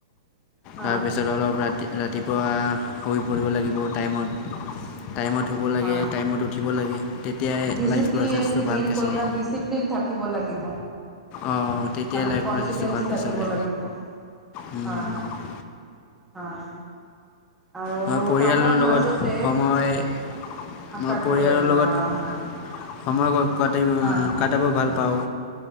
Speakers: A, in the centre; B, on the left.
A: হয়,
B: তাৰপিছত অলপ ৰাতি-ৰাতিপুৱা শুই পৰিব লাগিব টাইমত। টাইমত শুব লাগে,
A: হয়।
B: টাইমত উঠিব লাগে। তেতিয়াই
A: ডিচিপ্লিন
B: লাইফ প্ৰচেছটো
A: মেইন
B: ভালকৈ
A: কথা
B: চলে
A: ডিচিপ্লিন থাকিব লাগিব।
B: অ তেতিয়াই
A: আৰু
B: লাইফ
A: কনচিটেঞ্চি
B: প্ৰচেছটো ভালকে
A: থাকিব
B: চলে।
A: লাগিব।
B: মই
A: হয়, হয়। আৰু
B: মই পৰিয়ালৰ
A: কামৰ
B: লগত
A: মাজতে
B: সময়। মই
A: কাটিব
B: পৰিয়ালৰ
A: লাগিব
B: লগত
A: হয়, হয়,
B: সময় ক
A: হয়।
B: কটাব ভাল পাওঁ।